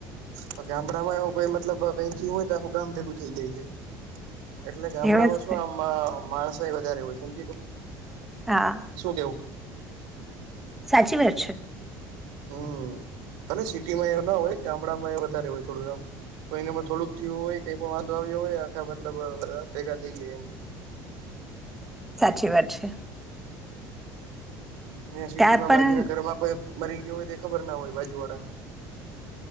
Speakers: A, on the right (about 80°); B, in the centre.
A: હ ગામડામાં એવું કઈ મતલબ કઈયું હોય તો આખું ગામ ભેગું થઈ જાય છે. એટલે ગામડામાં
B: એવા જ
A: શું
B: ને
A: આ માણસાઈ વધારે હોય
B: હા.
A: શું કેવું?
B: સાચી વાર છે.
A: હમ્મ અને સિટીમાં એ ના હોય ગામડામાં એ વધારે હોય થોડું આમ. કો એને થોડુંક થયું હોય કઈ પણ વાંધો આવ્યો હોય આખા મતલબ બધ ભેગા થઈ જાય એમ.
B: સાચી વાત છે.
A: હ અ સિટી
B: ત્યાં
A: માં
B: પણ
A: બાજુના ઘરમાં કોઈ મારી ગયો હોય તે ખબર ના હોય બાજુ વાળાને.